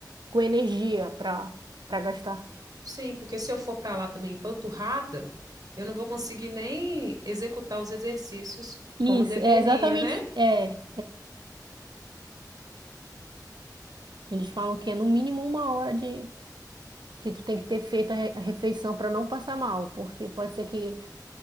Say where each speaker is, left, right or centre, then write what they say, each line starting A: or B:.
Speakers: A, on the right (about 85°); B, on the right (about 55°).
A: Com energia para para gastar.
B: Sim, porque se eu for para lá também empanturrada, eu não vou conseguir nem executar os exercícios
A: Isso,
B: como eu deveria,
A: é exatamente.
B: né?
A: É, eles falam que é no mínimo uma hora de que tu tem que ter feito a re- a refeição para não passar mal, porque pode ser que,